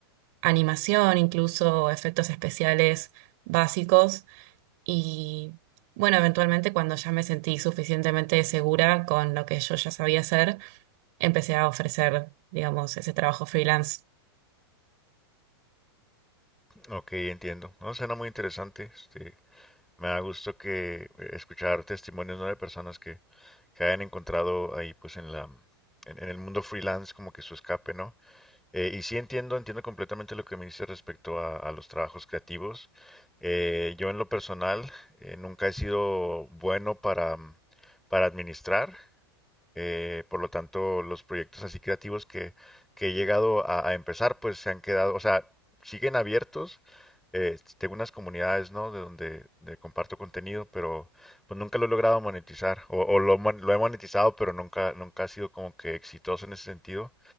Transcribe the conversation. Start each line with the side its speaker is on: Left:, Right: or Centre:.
Right: animación, incluso efectos especiales básicos. Y bueno, eventualmente cuando ya me sentí suficientemente segura con lo que yo ya sabía hacer, empecé a ofrecer, digamos, ese trabajo freelance.
Centre: Ok, entiendo. No, suena muy interesante. Este, me da gusto que eh, escuchar testimonios, ¿no? de personas que que hayan encontrado ahí pues en la en, en el mundo freelance como que su escape, ¿no? Eh, y sí entiendo, entiendo completamente lo que me dice respecto a, a los trabajos creativos. Eh, yo en lo personal eh, nunca he sido bueno para, para administrar. Eh, por lo tanto, los proyectos así creativos que, que he llegado a, a empezar, pues se han quedado, o sea, siguen abiertos. Eh, tengo unas comunidades, ¿no? De donde de comparto contenido, pero pues nunca lo he logrado monetizar. O, o lo, mon- lo he monetizado, pero nunca, nunca ha sido como que exitoso en ese sentido.